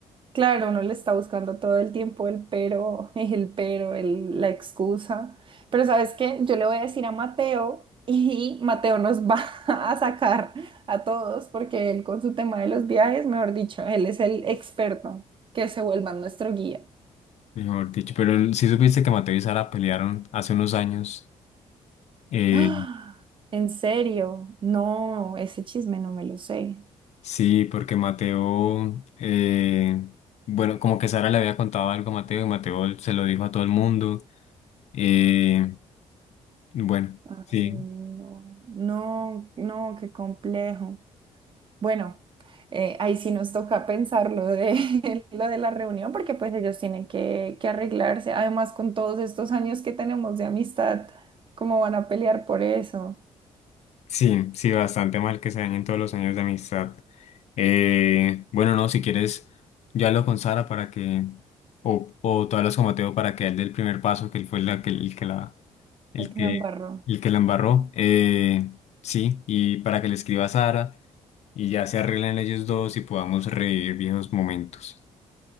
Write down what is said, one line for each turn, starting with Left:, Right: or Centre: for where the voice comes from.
Right: Claro, uno le está buscando todo el tiempo el pero, <laughs> el pero, el- la excusa. Pero ¿sabes qué? Yo le voy a decir a Mateo <laughs> y Mateo nos va <laughs> a sacar a todos porque él con su tema de los viajes, mejor dicho, él es el experto que se vuelva nuestro guía.
Left: mejor dicho. Pero si supiste que Mateo y Sara pelearon hace unos años. eh,
Right: ¡Ah! ¿En serio? No, ese chisme no me lo sé.
Left: Sí, porque Mateo, eh, bueno, como que Sara le había contado algo a Mateo y Mateo se lo dijo a todo el mundo. eh, bueno,
Right: Ay,
Left: sí,
Right: no, no, no, qué complejo. Bueno, eh, ahí sí nos toca pensar lo de, <laughs> lo de la reunión, porque pues ellos tienen que, que arreglarse. Además, con todos estos años que tenemos de amistad, ¿cómo van a pelear por eso?
Left: Sí, sí, bastante mal que se dañen todos los años de amistad. Eh, bueno, no, si quieres, yo hablo con Sara para que, o, o tú hablas con Mateo para que él dé el primer paso, que él fue la, que, el que la, el
Right: El
Left: que,
Right: que la embarró.
Left: el que la embarró. Eh, sí, y para que le escriba a Sara y ya se arreglen ellos dos y podamos revivir viejos momentos.